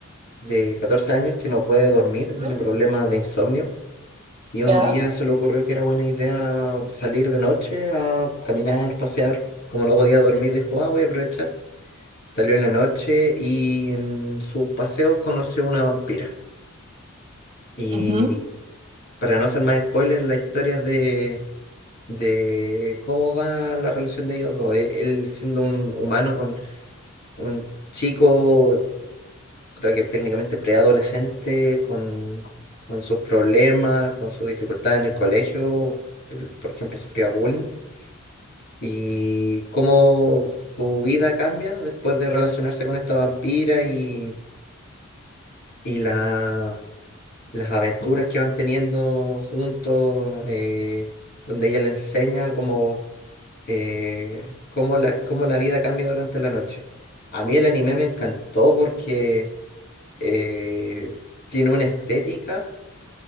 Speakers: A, on the left (about 45°); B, on the right (about 30°).
A: de 14 años que no puede dormir,
B: Ujú.
A: tiene problemas de insomnio Y un
B: Ya,
A: día se le ocurrió que era buena idea salir de noche a caminar, pasear. Como no podía dormir, dijo, ah, voy a aprovechar. Salió en la noche y en sus paseos conoció una vampira. Y
B: ujú,
A: para no hacer más spoilers, la historia de, de cómo va la relación de ellos dos. Él, él siendo un humano con un chico, creo que técnicamente preadolescente, con, con sus problemas, con sus dificultades en el colegio. Él, por ejemplo, sufría bullying y cómo su vida cambia después de relacionarse con esta vampira y, y la- las aventuras que van teniendo juntos, eh, donde ella le enseña cómo, eh, cómo la, cómo la vida cambia durante la noche. A mí el anime me encantó porque eh, tiene una estética